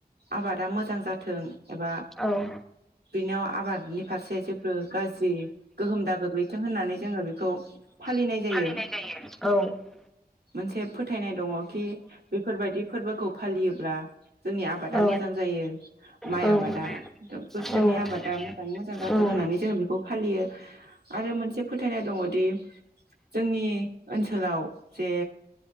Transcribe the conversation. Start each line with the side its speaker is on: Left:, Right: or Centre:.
Right: आबादा मोजां जाथों एबा
Centre: औ
Right: बेनियाव आबादनि फारसे जेबो गाज्रि गोहोम दा गोग्लैथों होननानै जोङो बेखौ फालिनाय
Centre: बेखौ
Right: जायो।
Centre: औ औ
Right: मोनसे फोथायनाय दङ खि बेफोरबायदि फोरबोखौ फालियोब्ला जोंनि आबादा
Centre: औ
Right: मोजां जायो माइ
Centre: औ
Right: आबादा बोथोरनि
Centre: औ
Right: आबाद दा मोजाङै मोजां जाथों
Centre: औ
Right: होन्नानै
Centre: औ
Right: जोंङो बेखौ फालियो आरो मोनसे फोथायनाय दङदि जोंनि ओनसोलाव जे